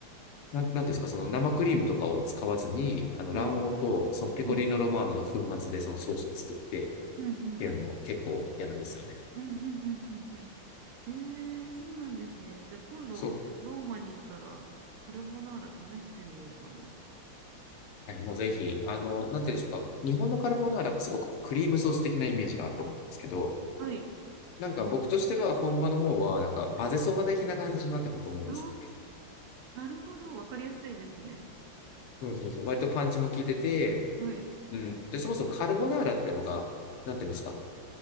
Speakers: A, on the left; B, on the right.
A: なん、なんていうんですか、その生クリームとかを使わずに、あの、
B: はい。
A: 卵黄と、そのペコリーノロマーノの粉末でそのソースを作ってっ
B: うん、うん、うん、
A: ていうのを結構やるんですよね。
B: うん、うん、うん、うんうん。ええそうなんですね。じゃあ今度、
A: そう。
B: ローマに行ったら、カルボナーラ試してみようかな。
A: はい、もうぜひ、あの、なんていうんでしょうか。日本のカルボナーラってすごくクリームソース的なイメージがあると思うんですけど、
B: はい。
A: なんか僕としては本場の方は、なんか混ぜそば的な感じになってくると思うんですよ。
B: ああ、なるほど。わかりやすいですね。
A: そうそうそう。割とパンチも効いてて、
B: はい。
A: うん。で、そもそもカルボナーラっていうのが、なんていうんですか。